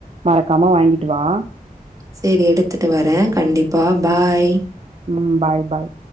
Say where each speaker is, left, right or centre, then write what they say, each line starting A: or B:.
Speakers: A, on the right; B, on the right.
A: மறக்காம வாங்கிட்டு வா
B: சேர் எடுத்துட்டு வர கண்டிப்பா பாய்
A: ம் பாய் பாய்